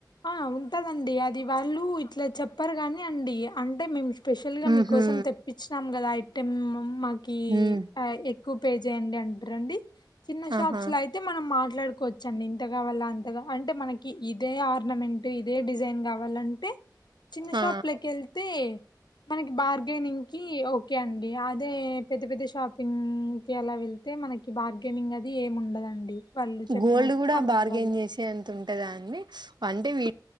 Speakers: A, on the left; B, on the right.
A: ఆ ఉంటదండి అది వాళ్ళు ఇట్లా చెప్ ప్పర్ కాని అండి అంటే మేము స్పెషల్ గ
B: ఉహు
A: మీకోసం తెప్పించినాం కదా అయ్ తెమ్ మ్ మ కి
B: ఉమ్
A: ఆ ఎక్కువ పేజ్ దేన్నీ అంటరండి చిన్న షాప్స్
B: ఆహా
A: లో అయితే మనం మాట్ మాట్లాడుకోవచ్చు అండి ఇంతగా వల్ల అంతగా అంటే మనకి ఇదే ఆర్ ర్నమెంట్ ఇదే డిజైన్ కావాలంటే చిన్న
B: ఆ
A: షాప్ లా కెళ్తే మనకి బార్గెనింగ్ కి ఓకే అండి అదే పెద్ద పెద్ద షాపింగ్ కి అలా వెళ్తే మనకి బార్గెనింగ్ అది ఏం ఉండదండి వాళ్ళు చెప్పినట్టు
B: గోల్డ్ కూడా
A: మనం
B: బార్గెన్
A: ఇవ్వాల
B: చేసే అంత ఉంటదా అండి పండి వీ